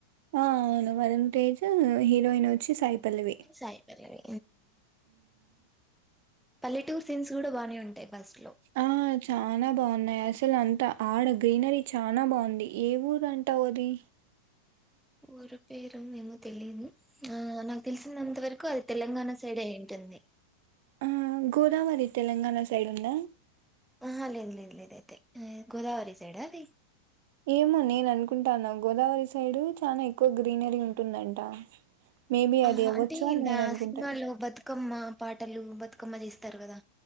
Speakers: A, on the right; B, in the centre.
A: ఆ అవును వరున్ తేజ్ హీరోయిన్ వో చ్చి సాయి పల్లవి
B: సాయి పల్లవి పల్లె టూరి సీన్స్ గూడా బాగానే ఉంటాయి ఫస్ట్ లో
A: ఆ చానా బాగున్నాయి అసలు అంత ఆడ గ్రీనరీ చానా బావుంది. ఏ ఊరు అంటావు అది
B: ఊరి పేరు ఏమొ తెలియదు ఆ నాకు తెలిసినంతవరకు అది తెలంగాణ సైడ్ ఏ అయింటుంది
A: మ్మ్ గోదావరి తెలంగాణ సైడ్ ఉందా
B: ఆహా లేదు లేదు లేదు అయితే గోదావరి సైడ్ అది
A: ఏమో నేను అనుకుంటాన గోదావరి సైడ్ చాలా ఎక్కువ గ్రీనరీ ఉంటుందంట మేబీ
B: ఆహ
A: అది అవ్వచ్చు
B: అంటే
A: అని
B: దా
A: నేను అనుకుంటాను.
B: సినిమాలో బతుకమ్మ పాటలు బతుకమ్మ దీస్తారు గదా